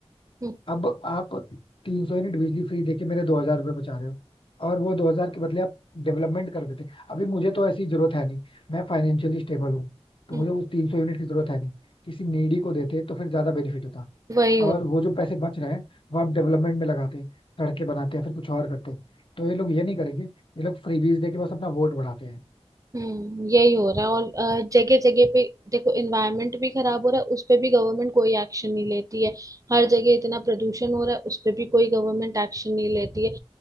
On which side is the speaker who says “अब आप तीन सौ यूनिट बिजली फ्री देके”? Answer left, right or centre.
Left